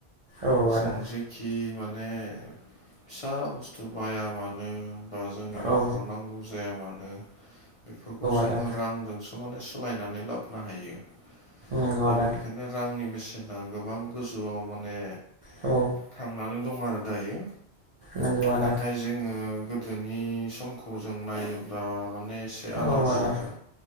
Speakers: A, on the right; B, on the left.
A: औ
B: जों
A: आदा
B: जेखि माने फिसा बुस्थु बाया मानो बा जोंनि न'खराव
A: औ
B: नांगौ जाया मानो बेफोरखौ जोङो
A: आदा
B: रांजोंसो माने सोलायनानै लाबनो हायो।
A: नंगौ
B: दा
A: आदा
B: बेनिखायनो रांनि बेसेना गोबां गोजौआव माने
A: औ।
B: थांनानै दं आरो दायो
A: नंगौ आदा
B: नाथाय जोङो गोदोनि समखौ जों नायोब्ला माने एसे आलादा
A: औ आदा
B: आरो